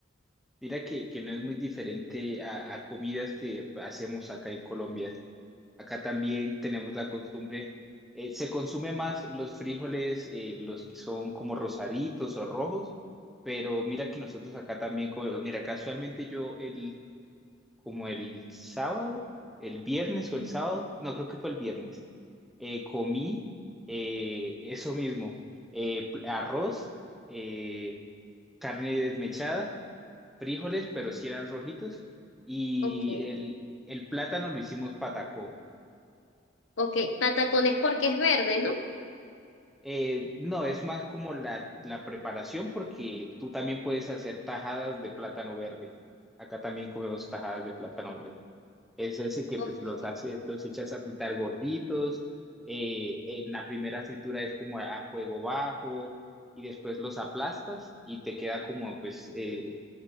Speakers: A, in the centre; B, on the left (about 70°).
A: Mira que, que no es muy diferente a, a comidas que hacemos acá en Colombia. Acá también tenemos la costumbre, eh, se consume más los frijoles, eh, los que son como rosaditos o rojos, pero mira que nosotros acá también comemos, mira, casualmente yo el, como el sábado, el viernes o el sábado, no creo que fue el viernes, eh, comí eh, eso mismo, eh, pl- arroz, eh, carne desmechada, frijoles, pero si eran rojitos, y
B: Ok.
A: el, el plátano lo hicimos patacón.
B: Ok, patacones porque es verde, ¿no?
A: Eh, no, es más como la, la preparación porque tú también puedes hacer tajadas de plátano verde. Acá también comemos tajadas de plátano verde. Es ese que
B: Ok,
A: pues los hace, los echas a fritar gorditos. eh, en la primera fritura es como a, a fuego bajo y después los aplastas y te queda como pues, eh,